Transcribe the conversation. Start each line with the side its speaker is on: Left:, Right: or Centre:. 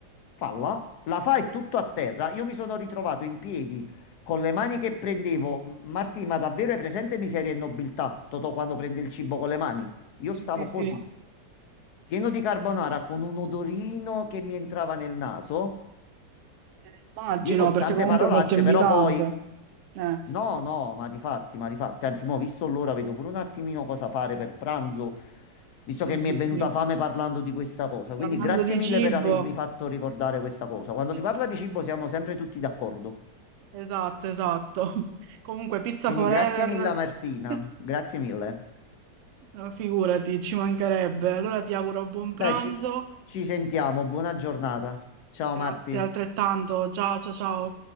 Left: Falla, la fa e tutto a terra. Io mi sono ritrovato in piedi con le mani che prendevo. Martì, ma davvero hai presente miseria e nobiltà? Totò quando prende il cibo con le mani. Io stavo
Right: Sì, sì, sì.
Left: così, pieno di carbonara, con un odorino che mi entrava nel naso.
Right: Eh, Immagino,
Left: Dico
Right: perché
Left: tante
Right: comunque
Left: parolacce,
Right: è molto invitante.
Left: però poi
Right: Eh,
Left: No, no, ma di fatti, ma di fatti. Anzi, mo, visto l'ora, vedo pure un attimino cosa fare per pranzo, visto
Right: sì,
Left: che mi
Right: sì,
Left: è venuta
Right: sì.
Left: fame parlando di questa cosa. Quindi
Right: Parlando
Left: grazie
Right: di
Left: mille
Right: cibo,
Left: per avermi fatto ricordare questa cosa. Quando
Right: <laughs>
Left: si parla di cibo siamo sempre tutti d'accordo.
Right: esatto, esatto. <laughs> Comunque, pizza
Left: Quindi
Right: forever,
Left: grazie mille a Martina,
Right: <laughs>
Left: grazie mille.
Right: no, figurati, ci mancherebbe. Allora ti auguro buon
Left: Dai,
Right: pranzo,
Left: ci, ci sentiamo, buona giornata. Ciao
Right: grazie
Left: Marti.
Right: altrettanto. Ciao, ciao, ciao.